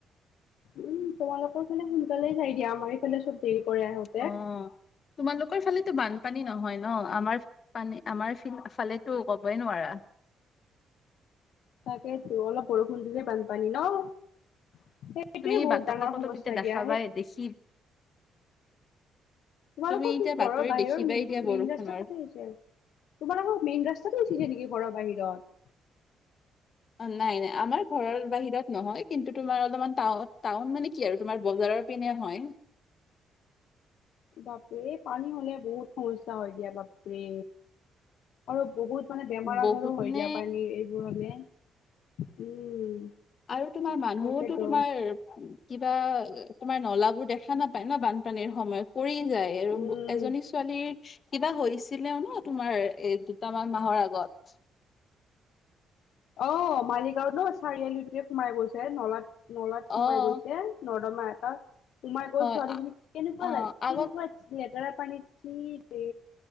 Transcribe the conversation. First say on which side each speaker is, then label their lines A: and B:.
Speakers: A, on the left (about 75°); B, on the left (about 50°).
A: উম তোমালোকৰ ফালে সোনকালে যাই দিয়া আমাৰ এইফালে চব দেৰি কৰে আহোঁতে
B: অ তোমালোকৰ ফালেতো বানপানী নহয় ন আমাৰ পানী আমাৰ ফিন ফালেতো কবই নোৱাৰা।
A: তাকেইতো অলপ বৰষুণ দিলে বানপানী ন। সেইটোৱে
B: তুমি
A: বহুত
B: বাতৰি
A: ডাঙৰ
B: কাকতত
A: সমস্যা
B: এতিয়া দেখাবাই
A: দিয়া
B: দেখি
A: তোমালোকৰ
B: তুমি এতিয়া
A: ঘৰৰ
B: বাতৰি
A: বাহিৰৰ
B: দেখিবাই
A: মেইন
B: দিয়া
A: মেইন
B: বৰষুণৰ
A: ৰাস্তাতে হৈছে। তোমাৰোকৰ মেইন ৰাস্তাটো উঠিছে নেকি ঘৰৰ বাহিৰত।
B: অ নাই নাই আমাৰ ঘৰৰ বাহিৰত নহয় কিন্তু তোমাৰ অলপমান টাউন টাউন মানে কি আৰু তোমাৰ বজাৰত পিনে হয়।
A: বাপৰে এই পানী হ'লে বহুত সমস্যা হয় দিয়া বাপৰে। আৰু বহুত মানে বেমাৰ আজাৰো
B: বহুত
A: হয়
B: নে
A: দিয়া পানী এই হলে উম।
B: আৰু তোমাৰ মানুহোতো
A: তাকেতো
B: তোমাৰ কিবা তোমাৰ নলাবোৰ দেখা নাপায় ন বানপানীৰ সময়ত পৰি যায় আৰু
A: উম
B: এজনী ছোৱালীৰ কিবা হৈছিলেও ন তোমাৰ এ দুটামান মাহৰ আগত।
A: অ মালিগাঁওত ন চাৰিআলিটোৱে সোমাই গৈছে নলাত নলাত
B: অ',
A: সোমাই গৈছে নৰ্দমা এটাত সোমাই গৈ
B: হয়
A: ছোৱালীজনী
B: আ-
A: কেনেকুৱা
B: অ',
A: লাগ
B: আগত
A: কেনেকুৱা লেটেৰা পানীত চি বে